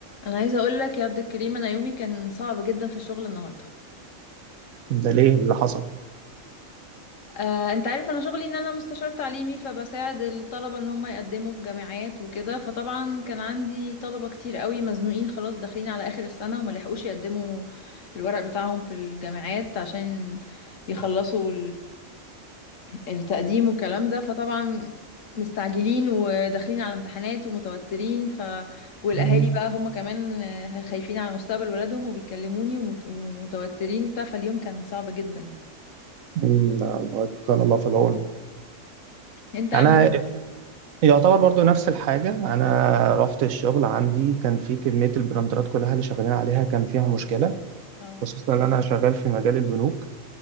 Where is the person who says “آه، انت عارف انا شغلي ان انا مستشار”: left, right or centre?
Left